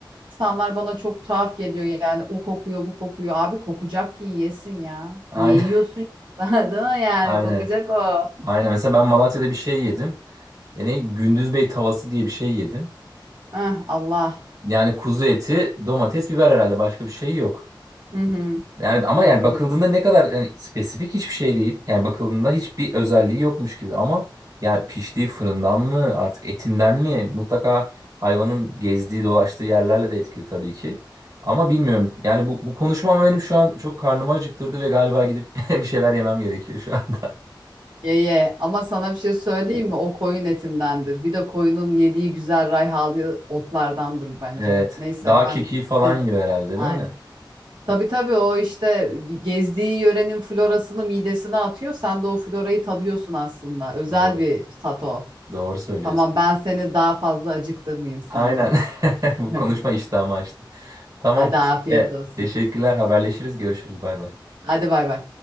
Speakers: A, on the right (about 70°); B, on the right (about 45°).
A: insanlar bana çok tuhaf geliyor yani o kokuyor bu kokuyor. Abi kokacak ki yiyesin ya.
B: Aynen.
A: Niye yiyorsun? <laughs> Değil
B: <laughs>
A: mi yani
B: Aynen.
A: kokacak o.
B: Aynen. Mesela ben Malatya'da bir şey yedim. E ne? Gündüz Bey tavası diye bir şey yedim.
A: Eh, Allah.
B: Yani kuzu eti, domates, biber herhalde başka bir şey yok.
A: Hı hı,
B: Yani ama
A: doğrudur.
B: yani bakıldığında ne kadar yani spesifik hiçbir şey değil. Yani bakıldığında hiçbir özelliği yokmuş gibi ama yani piştiği fırından mı artık etinden mi mutlaka hayvanın gezdiği dolaştığı yerlerle de etkili tabii ki. Ama bilmiyorum yani bu, bu konuşma ama benim şu an çok karnımı acıktırdı ve galiba gidip <laughs> bir şeyler yemem gerekiyor şu anda.
A: Ye ye. Ama sana bir şey söyleyeyim mi? O koyun etindendir. Bir de koyunun yediği güzel rayhalı otlardandır bence.
B: Evet
A: Neyse
B: dağ
A: ben
B: kekiği falan
A: sen
B: yiyor herhalde
A: aynen.
B: değil mi?
A: Tabii tabii o işte gezdiği yörenin florasını midesine atıyor. Sen de o florayı tadıyorsun aslında. Özel
B: Doğru.
A: bir tat o.
B: Doğru söylüyorsun.
A: Tamam ben seni daha fazla acıktırmayayım sen
B: Aynen
A: git.
B: <laughs> bu
A: <laughs>
B: konuşma iştahımı açtı. Tamam.
A: Hadi afiyet
B: E,
A: olsun.
B: teşekkürler haberleşiriz görüşürüz bay bay.
A: Hadi bay bay.